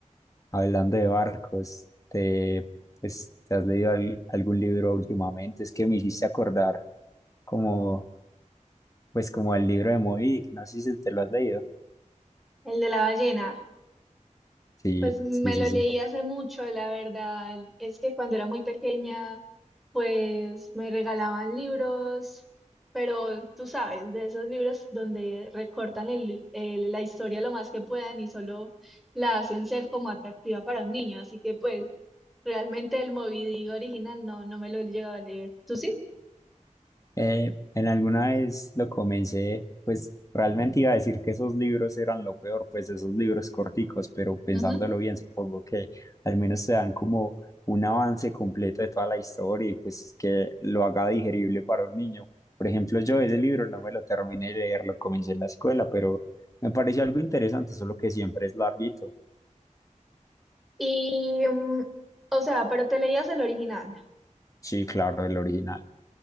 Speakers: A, on the left; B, in the centre.
A: hablando de barcos, te, pues, ¿te has leído al- algún libro últimamente? Es que me hiciste acordar como, pues como al libro de Moby Dick, no sé si te lo has leído.
B: El de la ballena.
A: Sí,
B: Pues me
A: sí, sí,
B: lo
A: sí.
B: leí hace mucho, la verdad. Es que cuando era muy pequeña, pues me regalaban libros, pero tú sabes, de esos libros donde recortan el- el- la historia lo más que puedan y solo la hacen ser como atractiva para un niño. Así que pues realmente el Moby Dick original no, no me lo he llegado a leer. ¿Tú sí?
A: Eh, en alguna vez lo comencé, pues realmente iba a decir que esos libros eran lo peor, pues esos libros corticos, pero pensándolo
B: Ujú.
A: bien, supongo que al menos te dan como un avance completo de toda la historia y pues que lo haga digerible para un niño. Por ejemplo, yo ese libro no me lo terminé de leer, lo comencé en la escuela, pero me pareció algo interesante, solo que siempre es larguito.
B: Y, mm, o sea, pero te leías el original.
A: Sí, claro, el original.